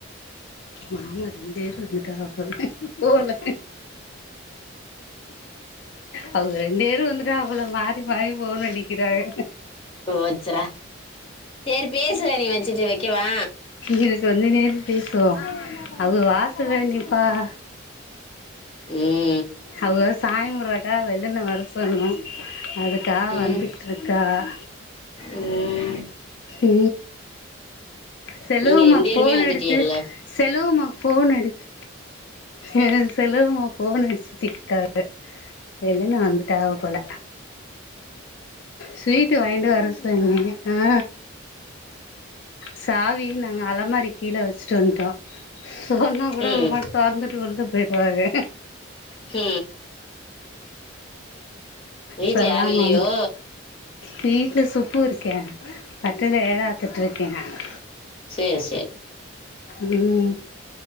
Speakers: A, on the left (about 60°); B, on the left (about 25°).
A: மாமா ரெண்ட்வேரு வன்டாக போல அவுக ரெண்டேரும் வந்துட்டாக போல மாறி மாறி ஃபோனு நடிக்கிறாக
B: போச்சுறா செரி பேசுற நீ வெச்சிட்டு வெக்கவா
A: இத சொல்லினே பேசுவோ அவுக வாசல்லே நிப்பாஹ
B: ம்
A: அவுக சாமி கும்பர்க்காக வெள்ளன்ன வர சொ பண்ணுனோ அதுக்காக
B: ம்
A: வந்துட்ருக்காக
B: ம்
A: ஏ செலுவுமா
B: நீங்க ரெண்டு பேருமே
A: ஃபோன்
B: வந்துட்டீங்கல்ல
A: அடிச்சு செலுவுமாக்கு ஃபோன் அடுச்சு அ செலுவுமா ஃபோன் அடிச்சுட்டே இருக்காரு வெல்லன வந்துட்டாக போல ஸ்வீட்டு வாங்கிட்டு வர சொன்னே ஆ சாவியு நாங்க அலமாரிக் கீழ வச்ட்டு வன்ட்டோ சொன்னா கூட
B: ம்
A: அவுக பாட்டுக் தொரந்துட்டு உள்ள போய்ருவாக
B: போ வீட்டில்
A: சொல்லாம
B: யாரும் இல்லையோ
A: வன் வீட்ல சுப்பு இருக்கே பட்ரைல வேல பாத்துட்ருக்கே நானு
B: சேரி சேரி
A: ம் ம்